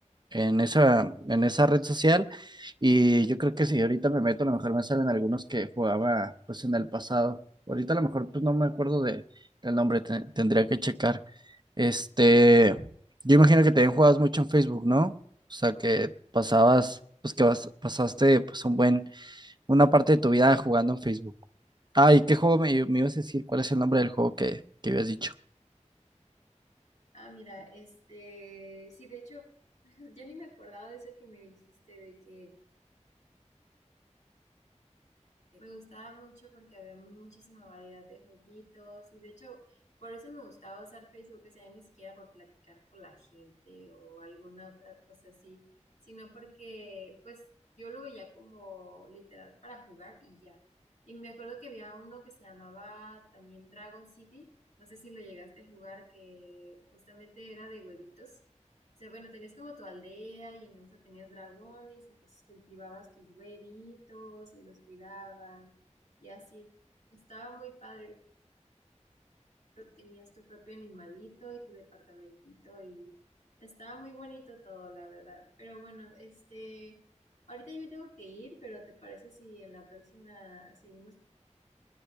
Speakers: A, on the right (about 35°); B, on the left (about 70°).
A: en esa, en esa red social. Y yo creo que si ahorita me meto, a lo mejor me salen algunos que jugaba pues en el pasado. Ahorita a lo mejor pues no me acuerdo de, del nombre, te- tendría que checar. Este, yo imagino que también jugabas mucho en Facebook, ¿no? O sea, que pasabas, pues que vas, pasaste pues un buen una parte de tu vida jugando en Facebook. Ay, ¿qué juego me, me ibas a decir? ¿Cuál es el nombre del juego que, que habías dicho?
B: Ah, mira, este, sí, de hecho, <laughs> ya ni me acordaba de eso que me dijiste, de que me gustaba mucho porque había muchísima variedad de jueguitos y de hecho, por eso me gustaba usar Facebook, o sea, ni siquiera por platicar con la gente o alguna otra cosa así, sino porque, pues, yo lo veía como literal para jugar y ya. Y me acuerdo que había uno que se llamaba también Dragon City, no sé si lo llegaste a jugar, que justamente era de huevitos. O sea, bueno, tenías como tu aldea y en esa tenías dragones y pues cultivabas tus huevitos y los cuidabas y así. Estaba muy padre. Tú tenías tu propio animalito y tu departamentito y estaba muy bonito todo, la verdad. Pero bueno, este, ahorita yo me tengo que ir, pero ¿te parece si en la próxima seguimos?